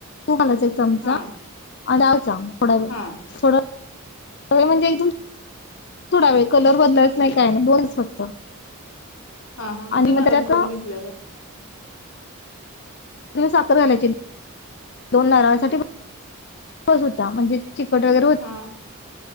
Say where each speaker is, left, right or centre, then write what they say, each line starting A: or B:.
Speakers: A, on the left; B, on the left.
A: तू खाला चमचा
B: हा
A: अ जाच पुडड
B: हा
A: सग म्हणजे एकदम सोडावे कलर बदलायच नाही काय नाही दोनच फक्त
B: हा हा म्हणजे
A: आणि मग
B: नरम
A: त्याच्यात
B: करून घेतल्यागत
A: त साखर घालायची दोन नाराळासाठी बस होता म्हणजे चिकट वगैरे होत.
B: हा